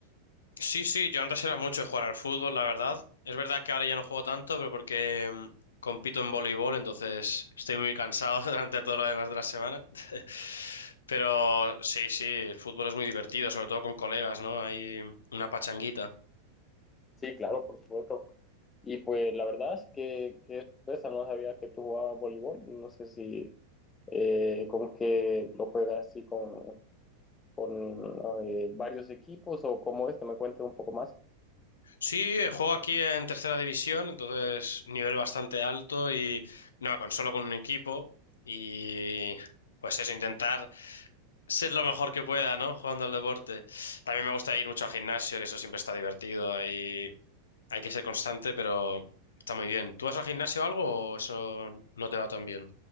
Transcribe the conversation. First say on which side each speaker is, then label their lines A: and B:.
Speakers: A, on the left; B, on the left.
A: Sí, sí, yo antes era mucho de jugar al fútbol, la verdad. Es verdad que ahora ya no juego tanto, pero porque mm, compito en voleibol, entonces estoy muy cansado <laughs> durante todo lo demás de la semana. <laughs> Pero sí, sí, el fútbol es muy divertido, sobre todo con colegas, ¿no? Hay una pachanguita.
B: Sí, claro, por supuesto. Y pues la verdad es que, que sorpresa, no sabía que tú jugabas voleibol, no sé si eh, como que lo juegas así con, con eh, varios equipos o cómo es, que me cuentes un poco más.
A: Sí, eh, juego aquí en tercera división, entonces nivel bastante alto y no, con solo con un equipo y pues eso, intentar ser lo mejor que pueda, ¿no? Jugando al deporte. También me gusta ir mucho al gimnasio, que eso siempre está divertido, ahí hay que ser constante, pero está muy bien. ¿Tú vas al gimnasio o algo o eso no te va tan bien?